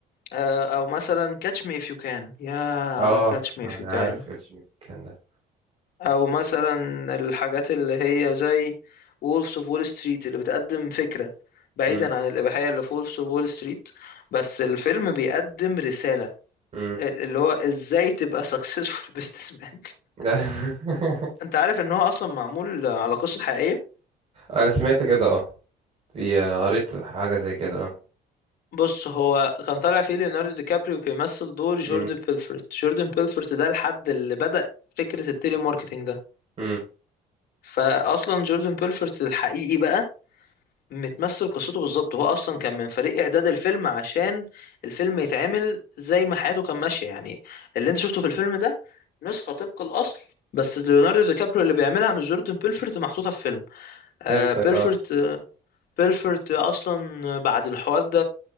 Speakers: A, on the left (about 65°); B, on the right (about 35°).
A: آه، او مثلا كاتش مي اف يو كان يا
B: اه
A: على كاتش مي
B: انا
A: اف يو كان
B: عارف كاتش مي كان ده
A: او مثلا الحاجات اللي هي زي وولفز اوف وول ستريت اللي بتقدم فكرة بعيدا
B: مم.
A: عن الإباحية اللي في وولفز اوف وول ستريت بس الفيلم بيقدم رسالة
B: مم.
A: ال- اللي هو ازاي تبقى <laughs> سكسسفول بزنس مان <laughs>
B: <laughs>
A: انت عارف ان هو اصلا معمول على قصة حقيقية
B: انا سمعت كده اه في آه، قريت حاجة زي كده اه
A: بص هو كان طالع فيه ليوناردو دي كابريو بيمثل دور جوردن
B: مم.
A: بيلفورت جوردن بيلفورت ده الحد اللي بدأ فكرة التيلي ماركتينج ده
B: مم.
A: فاصلا جوردن بيلفورت الحقيقي بقى متمثل قصته بالظبط هو اصلا كان من فريق اعداد الفيلم عشان الفيلم يتعمل زي ما حياته كان ماشيه يعني اللي انت شفته في الفيلم ده نسخه طبق الاصل بس ليوناردو دي كابريو اللي بيعملها مش جوردن بيلفورت محطوطه في فيلم آه
B: فهمتك
A: بيلفورت
B: اه
A: بيلفورت اصلا بعد الحوار ده